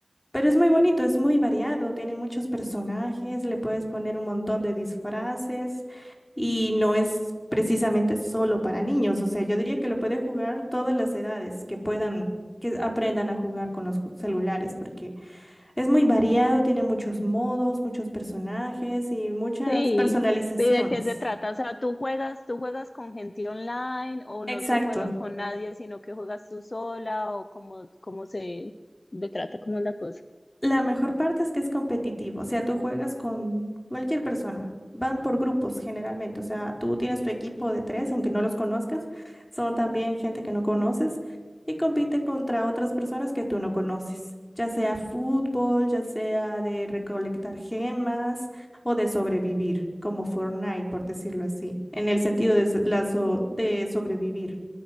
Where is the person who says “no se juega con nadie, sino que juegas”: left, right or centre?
Left